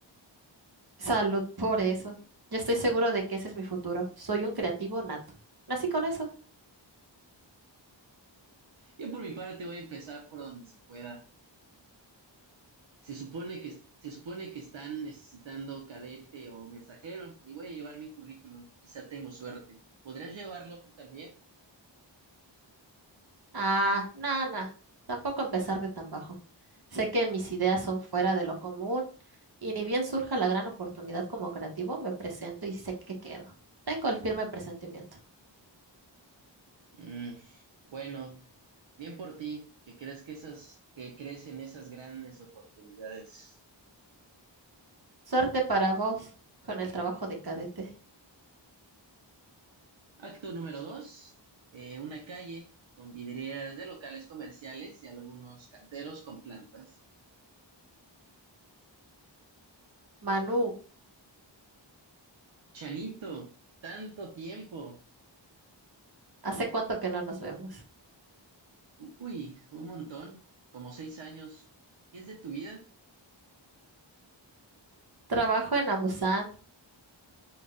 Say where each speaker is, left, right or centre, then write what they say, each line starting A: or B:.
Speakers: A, on the right; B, on the right.
A: Salud por eso. Yo estoy seguro de que ese es mi futuro. Soy un creativo nato. Nací con eso.
B: Yo por mi parte voy a empezar por donde se pueda Se supone que, se supone que están necesitando cadete o mensajero y voy a llevar mi currículum. Quizá tengo suerte. ¿Podrías llevarlo tú también?
A: Ah, nana. Tampoco empezar de tan bajo. Sé que mis ideas son fuera de lo común y ni bien surja la gran oportunidad como creativo, me presento y sé que quedo. Tengo el firme presentimiento.
B: Mm, bueno, bien por ti, que crees que esas, que crees en esas grandes oportunidades.
A: Suerte para vos con el trabajo de cadete.
B: Acto número dos, eh, una calle con vidrieras de locales comerciales y algunos canteros con plantas.
A: Manu,
B: Chanito, tanto tiempo.
A: ¿hace cuánto que no nos vemos?
B: Uy, un montón, como seis años. ¿Qué es de tu vida?
A: Trabajo en Amusan.